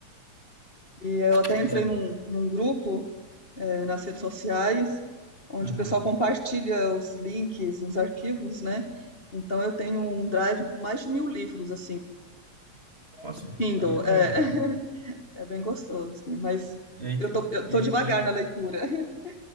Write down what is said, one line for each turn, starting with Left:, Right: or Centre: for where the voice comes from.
Left: E eu até
Right: pois
Left: entrei
Right: é.
Left: num, num grupo eh, nas redes sociais, onde
Right: Uhum.
Left: o pessoal compartilha os links, os arquivos, né? Então eu tenho um drive com mais de mil livros, assim,
Right: Nossa,
Left: de Kindle.
Right: aí é bom
Left: É,
Right: demais.
Left: <laughs>
Right: né?
Left: é bem gostoso, assim, mas
Right: E aí
Left: eu
Right: tem,
Left: tô, eu
Right: e
Left: tô
Right: aí
Left: devagar
Right: tem.
Left: na leitura. <laughs>